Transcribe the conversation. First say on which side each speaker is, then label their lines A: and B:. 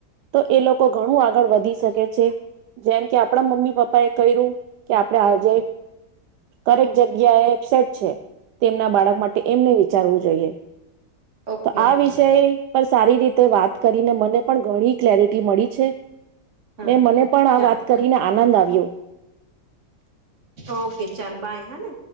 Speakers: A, on the right (about 75°); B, on the right (about 45°).
A: તો એ લોક ઘણું આગળ વધી શકે છે. જેમ કે આપણા મમ્મી પપ્પા એ કર્યું. કે આપણેે આજે કરેક જગ્યા એ એબસેટ છે. તેમના બાળક માટે એમને વિચારવું જોઈએ.
B: ઓકે
A: તો આ
B: ઓકે
A: વિષય પણ સારી રીતે વાત કરીને મને પણ ઘણી ક્લેરિટી મળી છે
B: હા
A: ને મને પણ આ
B: ચાલ
A: વાત કરીને આનંદ આવે <inaudible>
B: ઓકે ચાલ બાય હને